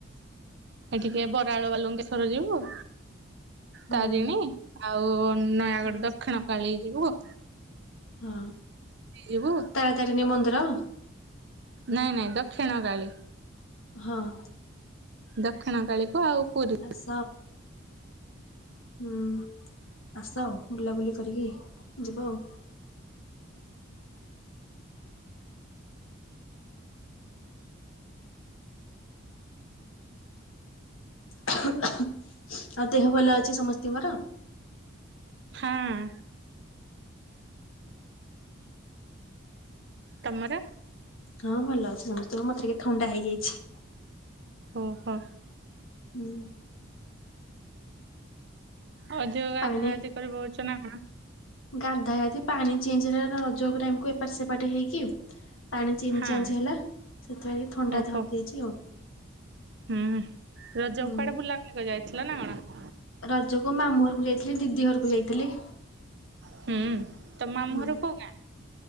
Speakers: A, on the right (about 55°); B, on the left (about 75°).
A: ଏ ଟିକେ ବରାଳ ବାଲୁଙ୍କେଶର ଯିବୁ।
B: ହୁଁ
A: ତାରିଣୀ ଆଉ ନୟାଗଡ଼
B: ହ
A: ଦକ୍ଷିଣ କାଳି ଯିବୁ।
B: ହଁ।
A: ଯିବୁ
B: ତାରା ତାରିଣୀ ମନ୍ଦିର
A: ନାଇଁ ନାଇଁ ଦକ୍ଷିଣ କାଳି।
B: ହଁ ଅଁ
A: ଦକ୍ଷିଣ କାଳୀକୁ ଆଉ ପୁରୀ।
B: ଆସ ହୁଁ। ଆସ ବୁଲାବୁଲି କରିକି ଯିବ ଆଉ। <unintelligible> ଆଉ ଦେହ ଭଲ ଅଛି ସମସ୍ତିଙ୍କର?
A: ହଁ ଅଁ ତମର?
B: ହଁ ଭଲ ଅଛି ସମସ୍ତଙ୍କ ମତେ ଟିକେ ଥଣ୍ଡା ହେଇଯାଇଛି।
A: ଓହୋ।
B: ହୁଁଉଁ
A: ଅଧିକ ଗାଧା
B: ପାଣି
A: ଗାଧି କରି ପକୋଉଛ ନା କଣ?
B: ଗାଧା ଗାଧି ପାଣି ଚେଞ୍ଜ ର ରଜକ ଟାଇମକୁ ଏପଟ ସେପଟ ହେଇକି କି ପାଣି ଚେଞ୍ଚ
A: ହଁ
B: ଚାଞ୍ଚ ହେଲା ସେଥିପାଇଁ କି ଥଣ୍ଡା
A: ଓହୋ
B: ଧରି ଦେଇଛି ଆଉ।
A: ହୁଁ। ରଜକୁ
B: ହୁଁ
A: କୁଆଡେ ବୁଲା ବୁଲିିକ ଯାଇଥିଲା ନା କଣ?
B: ରଜକୁ ମାମୁ ଘରକୁ ଯାଇଥିଲି, ଦିଦି ଘରକୁ ଯାଇଥିଲି।
A: ହୁଁ। ତମ ମାମୁ
B: ହୁଁ
A: ଘର କୋଉ ଗାଁ?